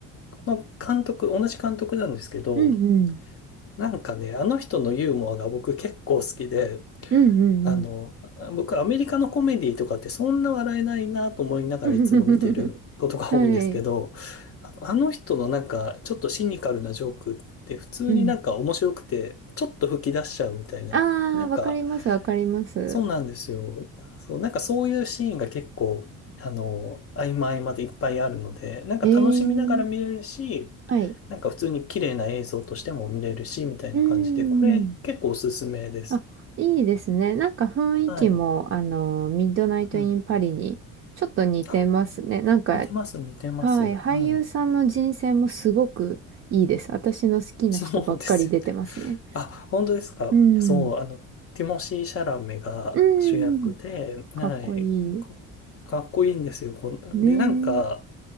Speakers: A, on the left; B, on the right.
A: この監督、同じ監督なんですけど、
B: うんうん。
A: なんかね、あの人のユーモアが僕結構好きで、
B: うんうん
A: あの、僕アメリカのコメディとかってそんな笑えないなと思いながらいつも見てることが多いんですけど、
B: うん。<laughs> はい。
A: あのあの人のなんかちょっとシニカルなジョークって普通になんか面白くて、
B: うん。
A: ちょっと吹き出しちゃうみたいな、
B: あー、
A: なんか
B: わかります、わかります。
A: そうなんですよ。そう、なんかそういうシーンが結構、あの、合間合間でいっぱいあるので、なんか楽しみながら見れるし、
B: えー、はい。
A: なんか普通に綺麗な映像としても見れるし、みたいな感じで、
B: うーん。
A: これ結構おすすめです。
B: あ、いいですね。なんか雰囲気も、
A: はい。
B: あの、ミッドナイト・
A: うん。
B: イン・パリにちょっと似てますね。
A: あ、
B: なんか、
A: 似てます、似てます。
B: はい。俳優さんの人選もすごくいいです。
A: うん。
B: 私の好きな人ばっかり出てますね。
A: そうですよね。あ、本当ですか。
B: うん。
A: そう、あの、ティモシー・シャラメが主役で、
B: うん。
A: はい、
B: かっこいい。
A: こかっこいいんですよ。こんで、
B: ね
A: なんか、